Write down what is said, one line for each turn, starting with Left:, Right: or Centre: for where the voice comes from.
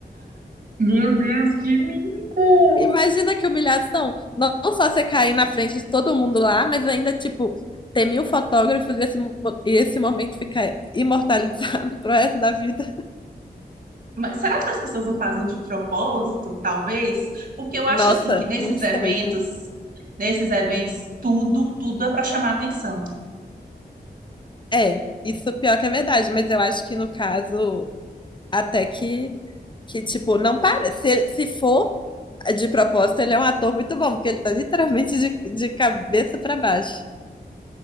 Right: Meu Deus, que mico!
Left: Imagina que humilhação. Não não só você cair na frente de todo mundo lá, mas ainda, tipo, ter mil fotógrafos e esse, mo- e esse momento ficar imortalizado <laughs> pro resto da vida.
Right: Mas será que as pessoas não fazem de propósito, talvez? Porque eu acho
Left: Nossa,
Right: assim que nesses
Left: não sei,
Right: eventos,
Left: viu?
Right: nesses eventos, tudo, tudo é para chamar atenção.
Left: É, isso pior que é verdade, mas eu acho que no caso, até que, que tipo, não parece. Se, se for de propósito, ele é um ator muito bom, porque ele tá literalmente de, de cabeça pra baixo.